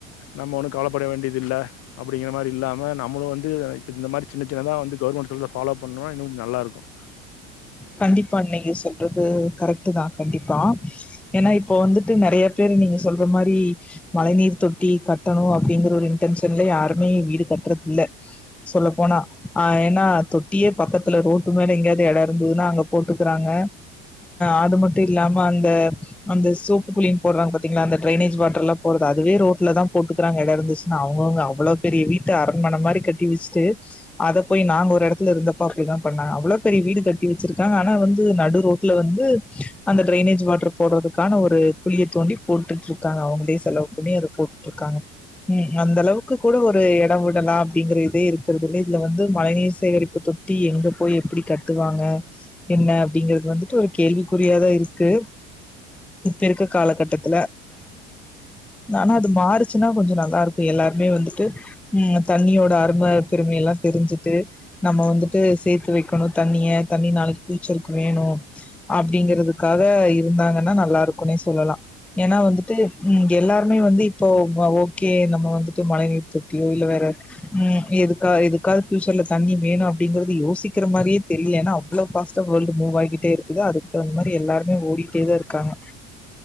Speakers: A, on the left (about 55°); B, in the centre.
A: நம்ம ஒண்ணும் கவலைப்பட வேண்டியது இல்ல அப்படிங்கிற மாதிரி இல்லாம நம்மளும் வந்து இப்ப இந்த மாதிரி சின்ன சின்னதான் வந்து கவர்மெண்ட் சொல்றத ஃபாலோ பண்ணோம்னா இன்னும் கொஞ்சம் நல்லா இருக்கும்
B: கண்டிப்பா இன்னைக்கு சொல்றது கரெக்ட்டு தான் கண்டிப்பா ஏன்னா இப்போ வந்துட்டு நறைய பேர் நீங்க சொல்ற மாரி மழை நீர் தொட்டி கட்டணும் அப்படிங்கிற ஒரு இன்டென்ஷன்ல யாருமே வீடு கட்டுறது இல்லை சொல்லப்போனா ஆஹ் ஏன்னா தொட்டியே பக்கத்துல ரோட்டு மேல எங்கேயாவது இடம் இருந்ததுனா அங்க போட்டுக்கிறாங்க அது மட்டும் இல்லாம அந்த அந்த சோப்பு குளி போடுறாங்க பாத்தீங்களா அந்த டிரெய்னேஜ் வாட்டர் எல்லாம் போறது அதுவே ரோட்ல தான் போட்டுக்கிறாங்க இடம் இருந்துச்சுன்னா அவ்ளோ பெரிய வீட்டு அரண்மனை மாதிரி கட்டி வச்சுட்டு அத போய் நாங்க ஒரு இடத்துல இருந்தப்போ அப்படி தான் பண்ணுணாங்க அவள பெரிய வீடு கட் டி வச்சிருக்காங்க ஆனா வந்து நடு ரோட்ல வந்து அந்த டடிரெய்னேஜ் வாட்டர் போடுறதுக்கான ஒரு குழியை தோண்டி போட்டுட்டு இருக்காங்க அவுங்களே செலவு பண்ணி அத போட்டுட்டு இருக்காங்க உம் அந்த அளவுக்கு கூட ஒரு இடம் விடலாம் அப்படிங்கிறது இதே இருக்கறது இல்ல இதுல வந்து மழைநீர் சேகரிப்பு தொட்டி எங்க போய் எப்படி கட்டுவாங்க என்ன அப்படிங்கிறது வந்துட்டு ஒரு கேள்விக்குறியாதான் இருக்கு இப்ப இருக்கற காலகட்டத்துல ஆனா அது மாறுச்சுன்னா கொஞ்சம் நல்லா இருக்கும் எல்லாருமே வந்துட்டு உம் தண்ணியோட அரும பெருமைய எல்லாம் தெரிஞ்சுட்டு நம்ம வந்துட்டு சேர்த்து வைக்கணும் தண்ணிய தண்ணி நாளைக்கு பியூச்சர்கக்கு வேணும் அப்படிங்கிறதுக்காக இருந்தாங்கன்னா நல்லா இருக்கும்னே சொல்லலாம் ஏன்னா வந்துட்டு எல்லாருமே வந்து இப்போ ஓகே நம்ம வந்துட்டு மழை நீர் தொட்டியோ இல்ல வேற உம் எதுக்க எதுக்காவது பியூச்சர்ல தண்ணி வேணும் அப்படிங்கிறது யோசிக்கிற மாதிரியே தெரியல ஏன்னா அவ்ளோ ஃபாஸ்ட்டா வேர்ல்ட் மூவ் ஆகிட்டே இருக்குது அதுக்கு தகுந்த மாரி எல்லாருமே ஓடிட்டேதான் இருக்காங்க